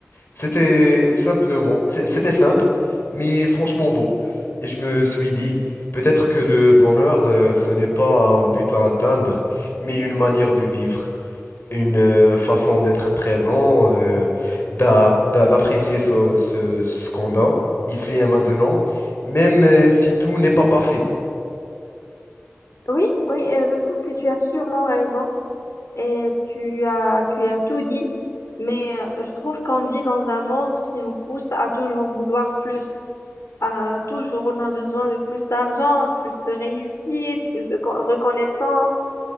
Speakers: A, on the left; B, on the left.
A: C'était simplement, c'est- c'était simple, mais franchement beau. Et je me suis dit, peut-être que le bonheur, euh, ce n'est pas un but à atteindre, mais une manière de vivre. une euh, façon d'être présent, euh, d'a- d'a- d'apprécier ce, ce, ce qu'on a ici et maintenant, même euh, si tout n'est pas parfait.
B: Oui, oui, euh, je trouve que tu as sûrement raison et tu as, tu as tout dit, mais euh, je trouve qu'on vit dans un monde qui nous pousse à toujours vouloir plus. À, toujours, on a besoin de plus d'argent, plus de réussite, plus de co- reconnaissance.